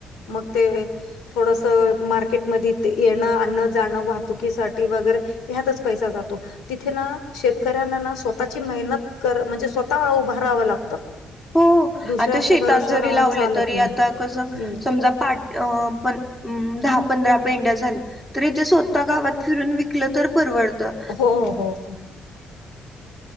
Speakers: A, on the left; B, on the left.
A: मग ते थोडस मार्केटमध्ये येणं आणण जाणं वा. दुखीसाठी वगैरे ह्यातच पैसा जातो. तिथे ना शेतकऱ्यांना ना स्वतःची मेहनत कर म्हणजे स्वतः उभारहावं लागतं.
B: हो
A: दुसऱ्यांच्या
B: आता शेतात
A: भरोश्यावर
B: जरी
A: राहून
B: लावलं
A: चालत
B: तरी
A: नाही
B: आता कसं
A: हम्म.
B: समजा पा अ पण दहा पंधरा पेंड्या झालं. तर इथे स्वतः गावात फिरून विकलं तर परवडतं.
A: हो हो हो